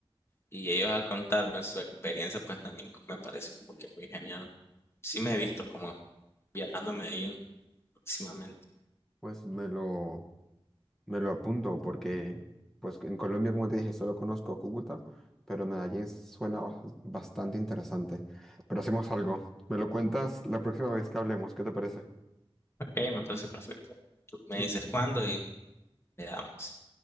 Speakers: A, on the left; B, in the centre.
A: y ellos al contarme su experiencia, pues también me parece como que muy genial. Sí me he visto como viajando a Medellín próximamente.
B: pues me lo, me lo apunto, porque pues en Colombia, como te dije, solo conozco Cúcuta, pero Medellín suena bas- bastante interesante. Pero hacemos algo. Me lo cuentas la próxima vez que hablemos, ¿qué te parece?
A: Ok, me parece perfecto. Tú me
B: Que-
A: dices cuándo y le damos.